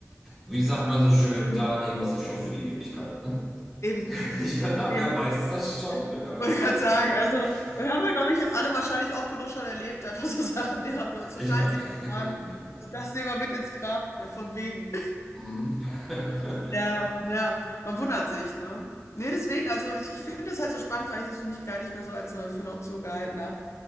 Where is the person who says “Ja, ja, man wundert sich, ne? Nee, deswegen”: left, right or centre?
Left